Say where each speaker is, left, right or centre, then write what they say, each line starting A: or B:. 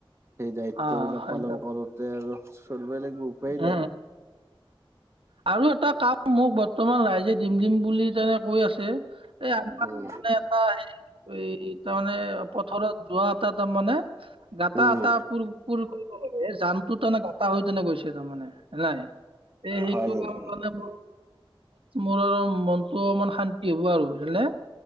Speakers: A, on the right; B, on the right.
A: সেই দায়িত্ব
B: আহ
A: বিলাক
B: হয়
A: পালন
B: দিয়ক
A: কৰোতে আৰু <inaudible> চলব <inaudible> য় লাগে উপোপাই নাই
B: উম আৰু এটা কাম মোক তোমাৰ ৰাইজে দিম দিম বুলি যেনে কৈ আছে এই আমাৰানে
A: উম,
B: এটা স এই তাৰমানে পথাৰত যোৱা ত ত মানে <inaudible> গাটা
A: উম,
B: আটা পুৰ পুৰ কৰিব লাগ জাম তো তেনে গটা হৈ তেনে গৈছে মানে নাই এই সেইটো
A: হয় নেকি?
B: কাম মানে মোৰ মোৰ আৰু মনতটো অমান শান্তি হ'ব আৰু যেনে